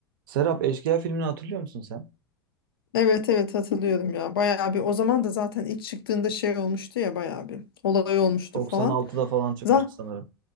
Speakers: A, on the right; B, on the left.
A: Serap Eşkıya filmini hatırlıyor musun sen?
B: Evet evet hatırlıyorum ya. Bayağı bir o zaman da zaten ilk çıktığında şey olmuştu ya bayağı bir olay olmuştu
A: 96'da
B: falan.
A: falan çıkmıştı
B: Za
A: sanırım.